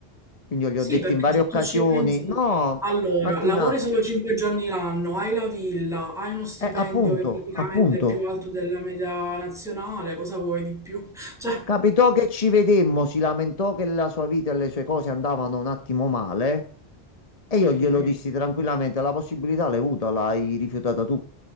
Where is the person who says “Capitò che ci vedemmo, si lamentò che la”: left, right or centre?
Left